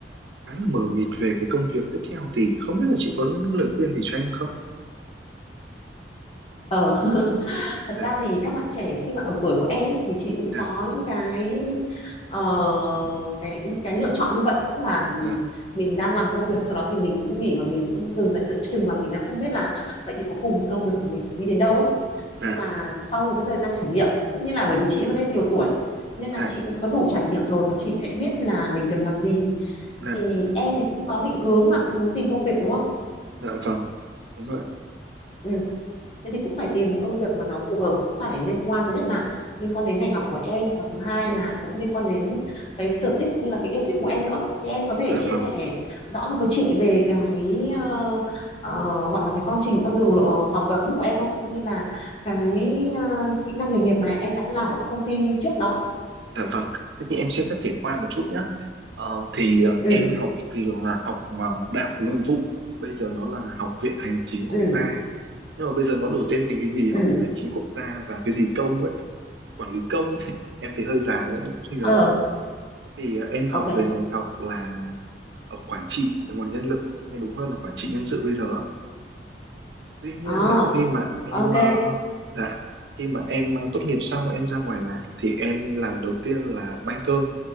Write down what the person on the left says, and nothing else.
ờ <laughs> thật
ra thì các bạn trẻ khi mà ở tuổi của em ấy thì chị cũng
có những cái ờ, cái những cái lựa chọn như vậy tức là
mình đang làm công việc sau đó thì mình cũng nghỉ và mình cũng dừng lại giữa chừng và mình đang không biết là vậy thì cuối cùng thì công việc của mình đi đến đâu ấy
nhưng mà sau một cái thời gian trải nghiệm tất nhiên là bởi vì chị hơn em nhiều tuổi nên
là chị cũng có đủ trải nghiệm rồi và chị sẽ biết là mình cần làm gì
thì em thì cũng có định hướng là cũng muốn tìm công việc đúng không
ừ thế thì cũng phải tìm một công việc mà nó phù hợp cũng phải liên quan thứ nhất là liên quan đến ngành học của em và thứ hai
là cũng liên quan đến cái sở thích cũng như là cái yêu thích của em nữa thì em có thể
chia
sẻ rõ hơn với chị về cái ờ, ờ, gọi là cái con trình con đường lộ học vấn của em không cũng như là cái ờ, kỹ năng nghề nghiệp mà em đã làm ở các công ty trước đó
ừ
ừ
ừ
ờ
ok
ờ
ok